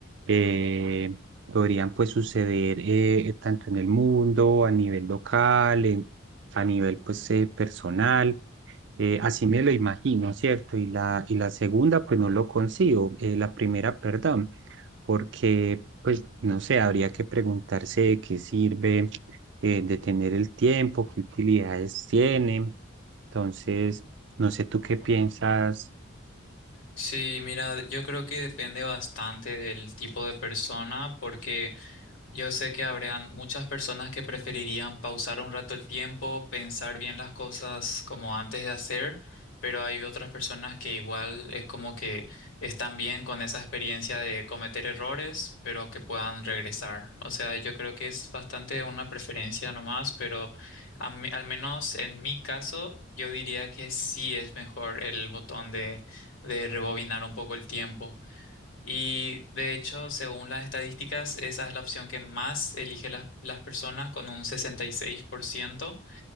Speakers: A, on the right; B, on the left.
A: eh, podrían pues suceder eh, tanto en el mundo, a nivel local, en- a nivel pues eh, personal. Eh, así me lo imagino, ¿cierto? Y la, y la segunda, pues no lo consigo, eh, la primera, perdón, porque, pues, no sé, habría que preguntarse de qué sirve eh, de tener el tiempo, qué utilidades tiene. Entonces, no sé tú qué piensas
B: Sí, mira, yo creo que depende bastante del tipo de persona porque Yo sé que habrían muchas personas que preferirían pausar un rato el tiempo, pensar bien las cosas como antes de hacer, pero hay otras personas que igual es como que están bien con esa experiencia de cometer errores, pero que puedan regresar. O sea, yo creo que es bastante una preferencia nomás, pero a mí- al menos en mi caso, yo diría que sí es mejor el botón de, de rebobinar un poco el tiempo. Y de hecho, según las estadísticas, esa es la opción que más elige las, las personas con un 66%.